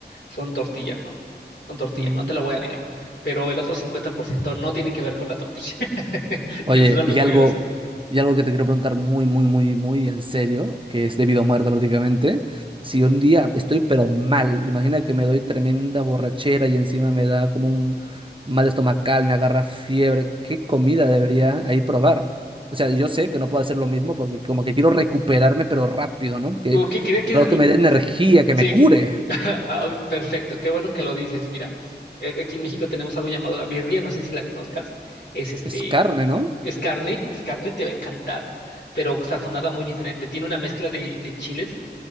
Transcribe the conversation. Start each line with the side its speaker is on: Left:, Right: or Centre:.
Left: son tortilla, ¿no? Son tortilla,
Right: Mm.
Left: no te lo voy a negar. Pero el otro 50% no tienen que ver con la tortilla. <laughs>
Right: Oye,
Left: Y eso es algo
Right: y
Left: muy
Right: algo,
Left: gracioso.
Right: y algo que te quiero preguntar muy, muy, muy, muy en serio, que es debido a muerte prácticamente. Si un día estoy pero mal, imagina que me doy tremenda borrachera y encima me da como un mal estomacal, me agarra fiebre, ¿qué comida debería ahí probar? O sea, yo sé que no puedo hacer lo mismo porque como que quiero recuperarme pero rápido, ¿no? Que
Left: Uh, ¿qué, qué- qué
Right: algo
Left: es así?
Right: que me dé energía, que
Left: Sí,
Right: me cure.
Left: que- <laughs> Ah, perfecto, qué bueno que lo dices. Mira, eh, aquí en México tenemos algo llamado la birria, no sé si la conozcas. Es este,
Right: Es carne, ¿no?
Left: Es carne, es carne, te va a encantar, pero sazonada muy diferente. Tiene una mezcla de, de chiles.